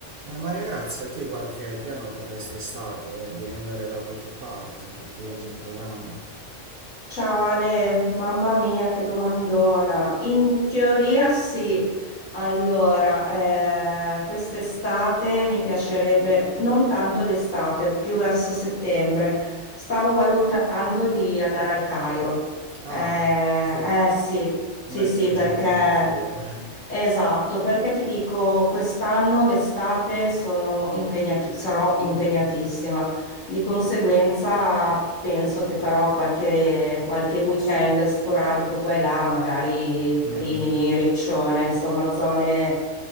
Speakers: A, on the right; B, on the left.
A: Eh, Maria Grazia, tu hai qualche piano per quest'estate? Vuoi- devi andare da qualche parte? Qualche viaggio in programma?
B: Ciao Ale, mamma mia, che domandona. In teoria sì. Allora, eh, quest'estate mi piacerebbe, non tanto d'estate, più verso settembre, stavo valutando di andare al Cairo.
A: Ah,
B: Eh,
A: ok,
B: eh sì, sì,
A: un bel
B: sì,
A: viaggio
B: perché
A: impegnativo, eh.
B: Esatto, perché ti dico, quest'anno l'estate sono impegnati- sarò impegnatissima, di conseguenza penso che farò qualche, qualche weekend sporadico qua e là, magari
A: Mm,
B: Rimini,
A: mm.
B: Riccione, insomma zone,